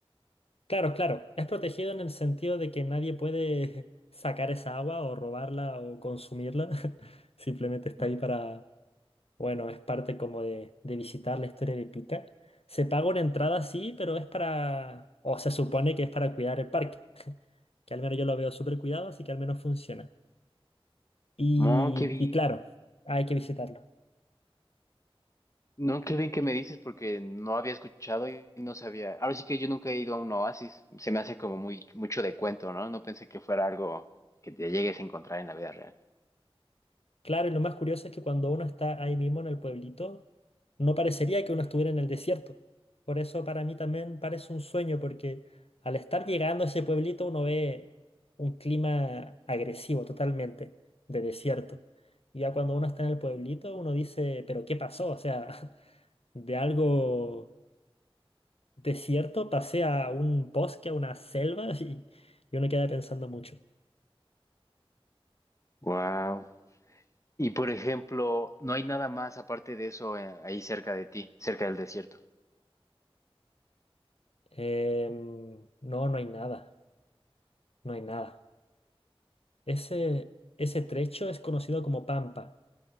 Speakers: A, on the left; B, on the left.
A: Claro, claro, es protegido en el sentido de que nadie puede <laughs> sacar esa agua o robarla o consumirla. <laughs> Simplemente está
B: Ujú.
A: ahí para Bueno, es parte como de, de visitar la historia de Pica. Se paga una entrada, sí, pero es para, o se supone que es para cuidar el parque, que al menos yo lo veo súper cuidado, así que al menos funciona. Y,
B: Oh, qué bien.
A: y claro, hay que visitarlo.
B: No, qué bien que me dices porque no había escuchado y no sabía. Ahora sí que yo nunca he ido a un oasis. Se me hace como muy mucho de cuento, ¿no? No pensé que fuera algo que te llegues a encontrar en la vida real.
A: Claro, y lo más curioso es que cuando uno está ahí mismo en el pueblito, no parecería que uno estuviera en el desierto. Por eso para mí también parece un sueño, porque al estar llegando a ese pueblito uno ve un clima agresivo totalmente, de desierto. Y ya cuando uno está en el pueblito, uno dice, pero ¿qué pasó? O sea, <laughs> de algo desierto pasé a un bosque, a una selva, <laughs> y, y uno queda pensando mucho.
B: Wow. Y por ejemplo, no hay nada más aparte de eso eh, ahí cerca de ti, cerca del desierto.
A: Em, no, no hay nada, no hay nada. Ese, ese trecho es conocido como pampa,